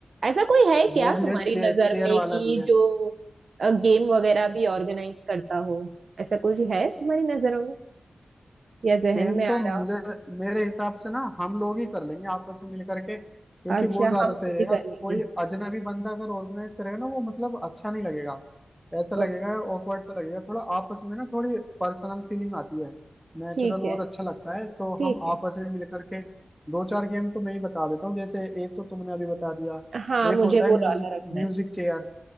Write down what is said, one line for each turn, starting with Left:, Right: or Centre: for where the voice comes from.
Right: ऐसा कोई है क्या
Centre: वो भी
Right: तुम्हारी
Centre: है चेयर
Right: नजर
Centre: चेयर
Right: में
Centre: वाला
Right: कि
Centre: भी है
Right: जो गेम वगैरह भी ऑर्गेनाइज करता हो ऐसा कुछ है तुम्हारी नजरों में या जहन
Centre: गेम
Right: में
Centre: तो
Right: आ
Centre: मुझे
Right: रहा हो
Centre: मेरे हिसाब से ना हम लोग ही कर लेंगे आपस में मिल करके क्योंकि
Right: अच्छा
Centre: वो ज्यादा
Right: हम
Centre: सही
Right: खुद
Centre: रहेगा
Right: ही कर लेंगे
Centre: कोई अजनबी बंदा अगर ऑर्गेनाइज करेगा ना वो मतलब अच्छा नहीं लगेगा ऐसा लगेगा
Right: ओ,
Centre: ऑकवर्ड सा लगेगा थोड़ा आपस में ना थोड़ी पर्सनल फीलिंग आती है नेचुरल
Right: ठीक है
Centre: और अच्छा लगता है तो
Right: ठीक
Centre: हम
Right: है
Centre: आपस में मिल करके दो चार गेम तो मैं ही बता देता हूँ जैसे एक तो तुमने अभी बता दिया
Right: हाँ मुझे
Centre: एक होता है
Right: वो
Centre: म्यूजिक
Right: वाला रखना
Centre: म्यूजिक
Right: है
Centre: चेयर